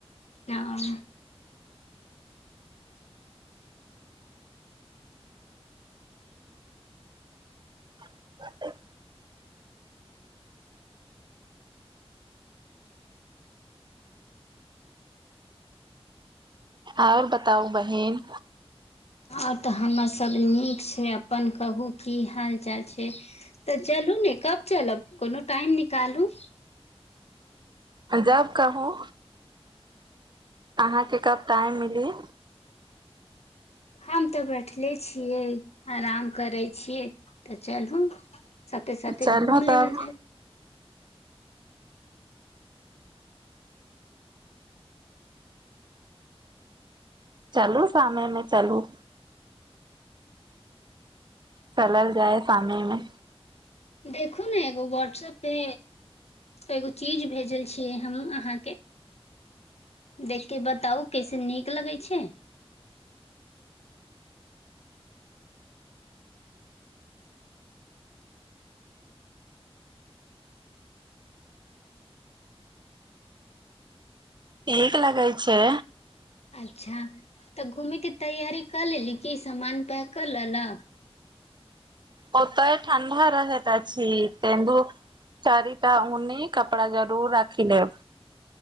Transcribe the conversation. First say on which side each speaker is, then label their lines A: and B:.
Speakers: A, on the left (about 90°); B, on the right (about 45°).
A: अं
B: <inaudible> आओर बताउ बहिन
A: आओर तऽ हमर सब नीक छै अपन कहू की हाल चाल छै तऽ चलू ने कब चलब कोनो टाइम निकालू
B: जब कहु अहाँके कब टाइम मिली
A: हम तऽ बैठले छियै आराम करै छियै तऽ चलू साथे साथे
B: चलू
A: घूम
B: तब
A: लेबल जाय
B: चलू शाम मे चलू चलल जाय सामे मे
A: देखू ने एगो वाट्सपे एगो चीज भेजल छियै हम अहाँके देखिके बताउ कैसे नीक लगैत छै
B: नीक लगै छै
A: अच्छा तऽ घूमेयके तैयारी क लेली क सामान पै कऽ लेलक
B: ओ तऽय ठण्ड रह हत छी तेन्दू चारिटा उऊनि कपड़ा जरूर राखि लेब